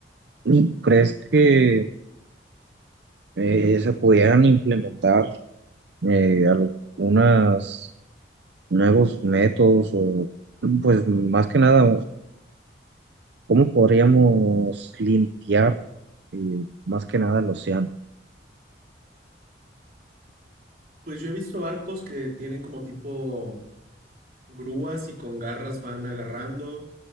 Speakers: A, on the right (about 70°); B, on the right (about 50°).
A: ¿y ¿crees que eh, se pudieran implementar eh, algunos nuevos métodos o, pues más que nada, cómo podríamos limpiar eh, más que nada el océano?
B: Pues yo he visto barcos que tienen como tipo grúas y con garras van agarrando.